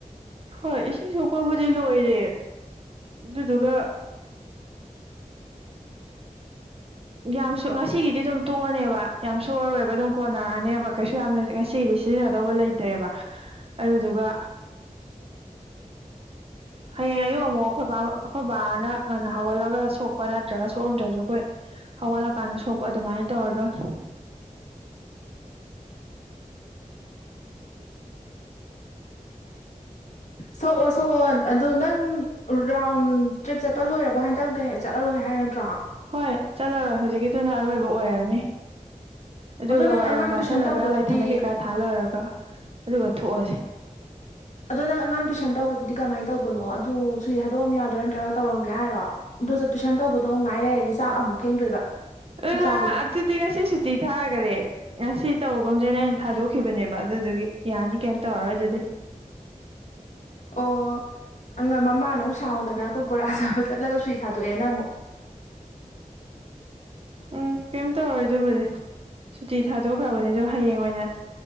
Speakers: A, on the right (about 45°); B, on the left (about 60°).
A: ꯍꯣꯏ ꯏꯁꯤꯡ ꯁꯣꯛꯄꯕꯨꯗꯤ ꯂꯣꯏꯔꯦ ꯑꯗꯨꯗꯨꯒ
B: ꯎꯝ
A: ꯌꯥꯝꯁꯨ ꯉꯁꯤꯒꯤꯗꯤ ꯑꯗꯨꯝ ꯇꯣꯛꯑꯅꯦꯕ ꯌꯥꯝ ꯁꯣꯔꯔꯣꯏꯕ ꯑꯗꯨꯝ ꯀꯣꯟꯅꯔꯛꯑꯅꯦꯕ ꯀꯩꯁꯨ ꯌꯥꯝꯅ ꯉꯁꯤꯒꯤꯗꯤ ꯁꯤꯖꯤꯟꯅꯗꯧꯕ ꯂꯩꯇ꯭ꯔꯦꯕ ꯑꯗꯨꯗꯨꯒ ꯍꯌꯦꯡ ꯑꯌꯨꯛ ꯑꯃꯨꯛ ꯑꯩꯈꯣꯏ ꯕꯥ ꯑꯩꯈꯣꯏ ꯕꯥꯅ ꯉꯟꯅ ꯍꯧꯒꯠꯂꯒ ꯁꯣꯛꯄ ꯅꯠꯇ꯭ꯔꯒ ꯁꯣꯛꯑꯝꯗ꯭ꯔꯁꯨ ꯑꯩꯈꯣꯏ ꯍꯧꯒꯠꯂꯀꯥꯟꯗ ꯁꯣꯛꯄ ꯑꯗꯨꯃꯥꯏꯅ ꯇꯧꯔꯗꯣꯏꯅꯦ
B: ꯁꯣꯛꯑꯣ ꯁꯣꯛꯑꯣꯣ ꯑꯗꯨꯣ ꯅꯪ ꯔꯥꯎꯟ ꯇ꯭ꯔꯤꯞ ꯆꯠꯄ ꯂꯣꯏꯔꯕꯣ ꯍꯟꯇꯛꯇ ꯆꯠꯂꯔꯣꯏꯅꯦ ꯍꯥꯏ ꯅꯠꯇ꯭ꯔꯣ
A: ꯍꯣꯏ ꯆꯠꯂꯔꯣꯏ ꯍꯧꯖꯤꯛꯀꯤꯗꯨꯅ ꯑꯔꯣꯏꯕ ꯑꯣꯏꯔꯅꯤ ꯑꯗꯨꯒ
B: ꯑꯗꯣ ꯅꯪ
A: ꯋꯥꯏꯔꯥꯡ
B: ꯑꯉꯥꯡ
A: ꯇꯥꯁꯜꯂꯒ
B: ꯇꯨꯏꯁꯟ ꯇꯧꯕꯗꯨꯗꯤ
A: ꯂꯥꯏꯊꯝꯝꯕꯩ ꯀꯩꯀꯥ ꯊꯥꯜ ꯂꯣꯏꯔꯒ ꯑꯗꯨꯒ ꯊꯣꯛꯑꯁꯤ
B: ꯑꯗꯣ ꯅꯪ ꯑꯉꯥꯡ ꯇꯨꯏꯁꯟ ꯇꯧꯕꯗꯨꯗꯤ ꯀꯃꯥꯏꯅ ꯇꯧꯕꯅꯣ ꯑꯗꯨ ꯁꯨꯗꯤ ꯊꯗꯣꯛꯑꯝ ꯌꯥꯗꯣꯏꯥ ꯅꯠꯇ꯭ꯔꯒ ꯇꯧꯔꯝꯒꯦ ꯍꯥꯏꯔꯣ ꯑꯗꯣ ꯆ ꯇꯨꯏꯁꯟ ꯇꯧꯕꯗꯣ ꯉꯥꯏꯔꯗꯤ ꯆꯥꯛ ꯑꯃꯨꯛ ꯊꯦꯡꯗꯣꯏꯕ ꯆꯥꯛ
A: ꯑꯗꯨꯍ
B: ꯆꯥꯕꯗꯣ
A: ꯑꯗꯨꯗꯤ ꯉꯁꯤ ꯁꯨꯇꯤ ꯊꯥꯈꯔꯦ ꯉꯁꯤꯗꯤ ꯇꯧꯕꯒꯨꯝꯁꯩꯅ ꯑꯩꯅ ꯊꯥꯗꯣꯛꯈꯤꯕꯅꯦꯕ ꯑꯗꯨꯗꯨꯒꯤ ꯌꯥꯅꯤ ꯀꯩꯝꯇ ꯇꯧꯔꯔꯣꯏ ꯑꯗꯨꯗꯤ
B: ꯑꯣ ꯑ ꯃꯃꯥꯅ ꯑꯃꯨꯛ ꯁꯥꯍꯧꯗꯅ ꯑꯩꯈꯣꯏ ꯕꯣꯔꯥ ꯁꯥꯕ ꯆꯠꯂꯒꯁꯨ ꯊꯥꯗꯣꯛꯑꯦꯅ ꯑꯃꯨꯛ
A: ꯎꯝ ꯀꯩꯝ ꯇꯧꯔꯣꯏ ꯑꯗꯨꯕꯨꯗꯤ ꯁꯨꯇꯤ ꯊꯥꯗꯣꯛꯈ꯭ꯔꯕꯅꯤꯗꯣ ꯍꯌꯦꯡ ꯑꯣꯏꯅ